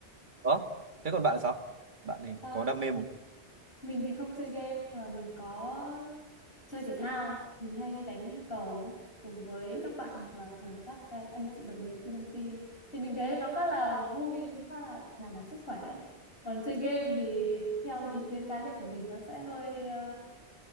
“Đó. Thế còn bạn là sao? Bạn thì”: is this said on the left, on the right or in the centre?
Right